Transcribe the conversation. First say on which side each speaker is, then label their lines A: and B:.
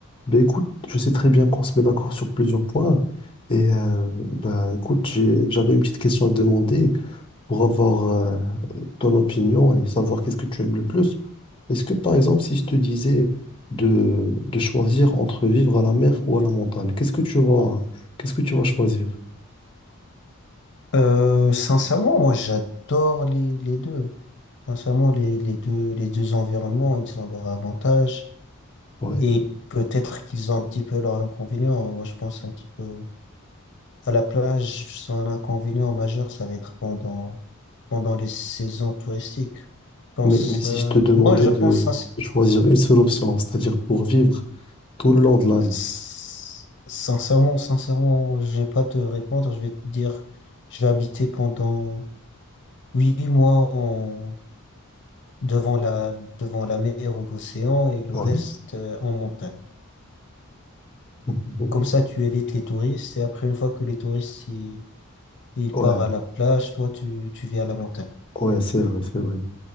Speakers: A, on the left; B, on the left.
A: Ben écoute, je sais très bien qu'on se met d'accord sur plusieurs points. Et euh, bah, écoute, j'ai- j'avais une petite question à te demander pour avoir euh, ton opinion et savoir qu'est-ce que tu aimes le plus. Est-ce que, par exemple, si je te disais de, de choisir entre vivre à la mer ou à la montagne, qu'est-ce que tu vas, qu'est-ce que tu vas choisir?
B: Euh, sincèrement, moi j'adore les, les deux. Sincèrement, les, les deux, les deux environnements, ils ont leurs avantages
A: Ouais.
B: et peut-être qu'ils ont un petit peu leurs inconvénients. Moi je pense un petit peu à la plage, son inconvénient majeur, ça va être pendant, pendant les saisons touristiques. Je pense,
A: Mais, mais si
B: euh,
A: je te demandais
B: moi je
A: de
B: pense sincèrement,
A: de choisir une seule option, c'est-à-dire pour vivre tout le long de l'année.
B: s- sincèrement, sincèrement, je vais pas te répondre, je vais te dire, je vais habiter pendant huit mois en devant la, devant la mer ou l'océan et le
A: Ouais.
B: reste euh, en montagne.
A: <laughs>
B: Comme ça, tu évites les touristes et après, une fois que les touristes, ils, ils
A: Ouais,
B: partent à la plage, toi, tu, tu vis à la montagne.
A: ouais, c'est vrai, c'est vrai.